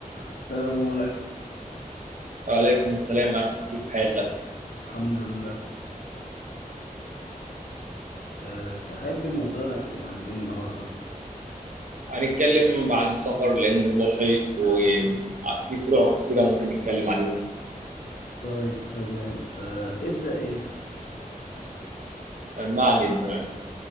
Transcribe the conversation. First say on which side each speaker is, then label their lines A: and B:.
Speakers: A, on the left (about 80°); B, on the right (about 60°).
A: السلام عليكم
B: وعليكم السلام أخي كيف حالك؟
A: الحمد لله أه تحب موضوعنا يكون عن ايه النهارده
B: هنتكلم عن السفر لأنه موضوع شيق وفي فروع كثيرة ممكن نتكلم عليها
A: طيب تمام أه ابدأ انت
B: ما علينا تمام